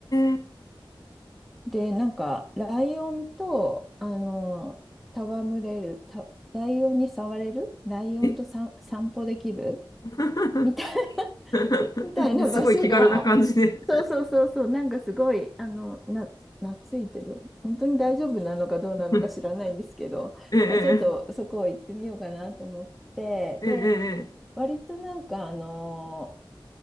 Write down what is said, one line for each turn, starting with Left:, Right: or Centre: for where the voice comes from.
Left: え、
Centre: で、なんか、ライオンと、あの、戯れる、さライオンに触れるライオンとさ散歩できる
Left: ええ <laughs>
Centre: みたい、<laughs>
Left: <laughs>
Centre: みたいな場所が、
Left: すごい気軽な感じで
Centre: そうそうそうそう、なんかすごい、あの、な、懐いてる。本当に大丈夫なのかどうなのか知らないんですけど、
Left: <laughs>。ええ、
Centre: まあ、ちょっとそこを行ってみようかなと思って、
Left: ええ、
Centre: で、
Left: ええ、ええ
Centre: 割となんか、あの、